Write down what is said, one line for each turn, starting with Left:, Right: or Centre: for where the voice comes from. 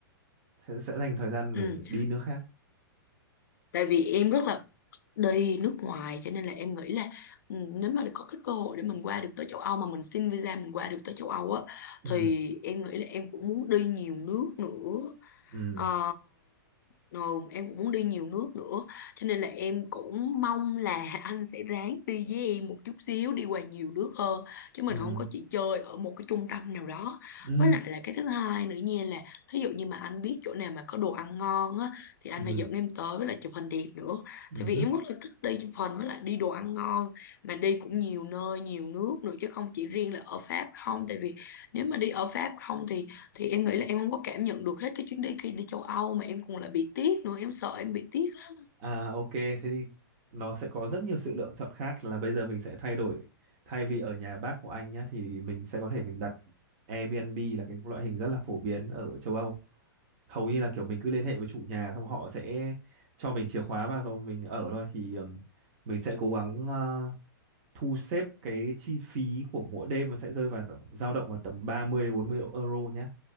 Right: sẽ, sẽ dành thời gian
Left: ừ
Right: mình, mình đi nước khác
Left: tại vì em rất là đi nước ngoài cho nên là em nghĩ là ừ, nếu mà có cái cơ hội để mình qua được tới châu Âu mà mình xin visa mình qua được tới châu Âu á
Right: ừ
Left: thì em nghĩ là em cũng muốn đi nhiều nước nữa
Right: ừ
Left: Ờ, rồi em cũng muốn đi nhiều nước nữa cho nên là em cũng mong là <laughs> anh sẽ ráng đi với em một chút xíu đi qua nhiều nước hơn chứ mình
Right: ừ
Left: không có chỉ chơi ở một cái trung tâm nào đó
Right: ừ
Left: với lại là cái thứ hai nữa nha là thí dụ như mà anh biết chỗ nào mà có đồ ăn ngon á thì anh
Right: ừ
Left: phải dẫn em tới với lại chụp hình đẹp nữa
Right: ừ
Left: tại vì
Right: hứ.
Left: em rất là thích đi chụp hình với lại đi đồ ăn ngon mà đi cũng nhiều nơi nhiều nước nữa chứ không chỉ riêng là ở Pháp không tại vì nếu mà đi ở Pháp không thì thì em nghĩ là em không có cảm nhận được hết cái chuyến đi kia đi châu Âu mà em còn là bị tiếc nữa em sợ em bị tiếc lắm
Right: à ok thế thì nó sẽ có rất nhiều sự lựa chọn khác là bây giờ mình sẽ thay đổi thay vì ở nhà bác của anh nhá thì mình sẽ có thể mình đặt Airbnb là cái loại hình rất là phổ biến ở châu Âu hầu như là kiểu mình cứ liên hệ với chủ nhà xong họ sẽ cho mình chìa khóa và rồi mình ở thôi thì ừm, mình sẽ cố gắng ờ, thu xếp cái chi phí của mỗi đêm nó sẽ rơi vào dao động vào tầm 30 đến 40 euro nhé